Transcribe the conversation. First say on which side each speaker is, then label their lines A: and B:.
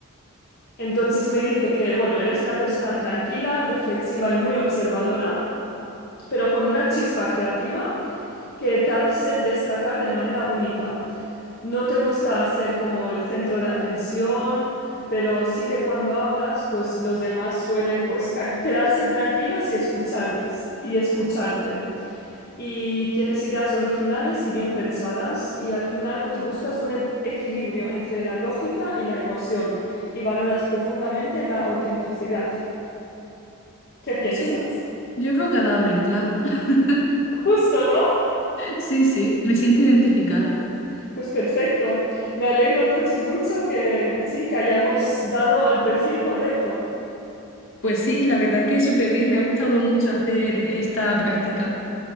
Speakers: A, on the left; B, on the left.
A: Entonces me dice que, bueno, eres una persona tranquila, reflexiva y muy observadora, pero con una chispa creativa que te hace destacar de manera única. No te gusta ser como el centro de atención, pero sí que cuando hablas, pues los demás suelen pues ca- quedarse tranquilos y escuchar y escucharte. y tienes ideas originales y bien pensadas y al final pues buscas un e- equilibrio entre la lógica y la emoción y valoras profundamente la autenticidad. ¿Qué piensas?
B: Sí, yo creo que ha dado en el clavo. <laughs>
A: Justo, ¿no?
B: Sí, sí, me siento identificada.
A: Pues perfecto. Me alegro entonces mucho que sí, que hayamos dado al perfil correcto.
B: Pues sí, la verdad es que súper bien. Me ha gustado mucho hacer esta práctica.